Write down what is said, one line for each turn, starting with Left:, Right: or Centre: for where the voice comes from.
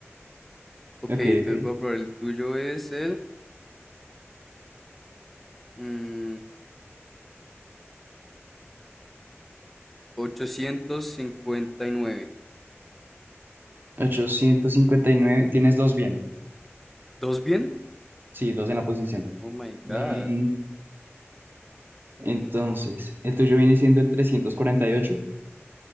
Centre: Ok,
Right: ok,
Centre: entonces
Right: ok.
Centre: voy a probar el tuyo es el mm, ochocientos cincuenta y nueve
Right: ochocientos cincuenta y nueve Tienes dos bien.
Centre: ¿Dos bien?
Right: Sí, dos en la posición.
Centre: Oh my God.
Right: Mm, entonces, el tuyo viene siendo el trescientos cuarenta y ocho